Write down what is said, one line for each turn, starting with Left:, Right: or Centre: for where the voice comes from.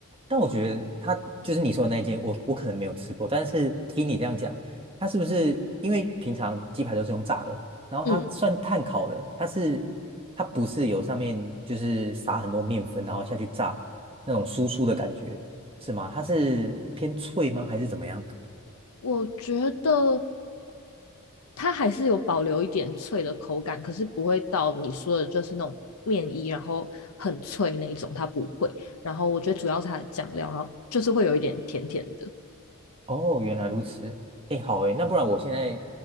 Right: 但我觉得它就是你说的那间，我我可能没有吃过，但是听你这样讲，它是不是因为平常鸡排都是用炸的，然后它算碳烤的，
Left: 嗯，
Right: 它是它不是有上面就是撒很多面粉，然后下去炸那种酥酥的感觉，是吗？它是偏脆吗？还是怎么样？
Left: 我觉得它还是有保留一点脆的口感，可是不会到你说的就是那种面衣，然后很脆那一种，它不会。然后我觉得主要是它的酱料，然后就是会有一点甜甜的。
Right: 哦，原来如此。哎，好哎，那不然我现在，